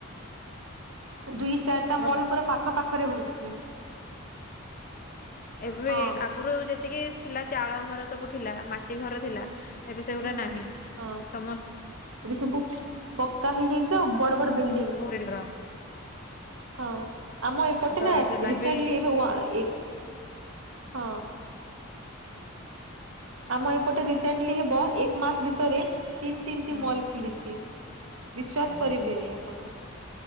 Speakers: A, on the right (about 75°); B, on the left (about 40°).
A: ଦୁଇ ଚାରିଟା
B: ପେଡ
A: ମଲ ପୁରା ପାଖ ପାାଖରେ ହଉଛି।
B: ଏବେ
A: ହଁ
B: ଆଗରୁ ଯେତିକି ଥିଲା ଚାଳ ଘର ସବୁ ଥିଲା ମାଟି ଘର ଥିଲା। ଏବେ ସେଗୁଡା
A: ହୁଁ
B: ନାହିଁ
A: ହଁ
B: ସମସ୍ତ
A: ଏବେ ସବୁ ପ ପକ୍କା ହେଇଯାଇଛି ଆଉ ବଡ ବଡ ବିଲ୍ଡିଂ।
B: ରେଡି ଘର।
A: ହଁ ଆମ ଏପଟେ
B: ତ
A: ନା
B: ସେମାନେ
A: ରିସେଣ୍ଟଲି
B: ବି
A: ଏବେ ୱା ଏ ହଁ। ଆମ ଏପଟେ ରିସେଣ୍ଟଲି ହେବ ଏକ ମାସରେ ଭିତରେ ତିନି ତିନିଟି
B: ହୁଁ
A: ମଲ୍ ଖୋଲିଛି। ଛି ବିଶ୍ଵାସ
B: ଆଚ୍ଛା
A: କରିବେନି ଆପଣ।